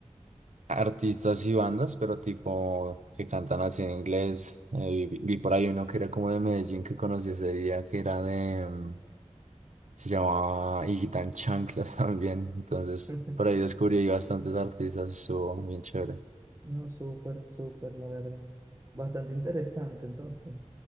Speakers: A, on the right; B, on the right.
A: artistas y bandas, pero tipo que cantan así en inglés. Eh, vi, vi por ahí uno que era como de Medellín que conocí ese día, que era de, mm, se llamaba Higuitán Chanclas <laughs> también. Entonces,
B: <laughs>
A: por ahí descubrí ahí bastantes artistas, estuvo bien chévere.
B: No, súper, súper, la verdad. Bastante interesante, entonces.